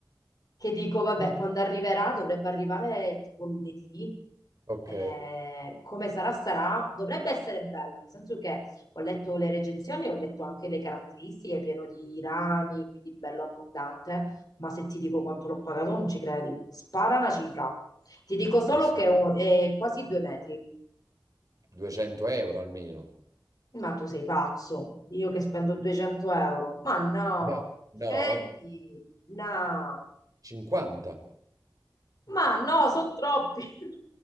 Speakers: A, on the left; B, on the right.
A: che dico, vabbè,
B: <laughs>
A: quando arriverà, dovrebbe arrivare tipo lunedì.
B: Ok,
A: Eh, come sarà, sarà. Dovrebbe essere bello, nel senso che ho letto le recensioni, ho letto anche le caratteristiche, pieno di rami, quindi bello abbondante. Ma se ti dico quanto l'ho pagato, non ci credi. Spara una cifra. Ti dico
B: ma
A: solo
B: che so,
A: che è un- è quasi due metri.
B: 200 euro almeno.
A: Ma tu sei pazzo, io che spendo 200 euro. Ma no,
B: Eh, no,
A: scendi, no,
B: 50.
A: ma no, sono troppi. <laughs>